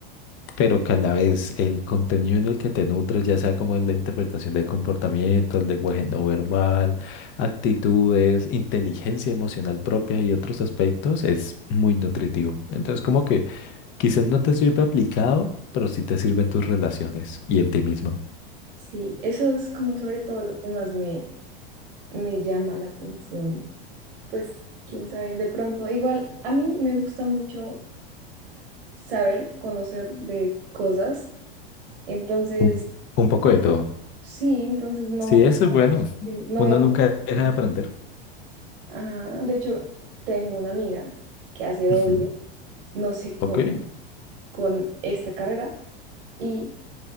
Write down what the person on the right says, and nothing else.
Sí, eso es como sobre todo lo que más me, me llama la atención. Pues quién sabe, de pronto, igual a mí me gusta mucho saber, conocer de cosas, entonces
sí, entonces no,
no
veo...
por qué
no.
Ajá, de hecho, tengo una amiga que hace doble,
no sé cómo,
con esta carrera y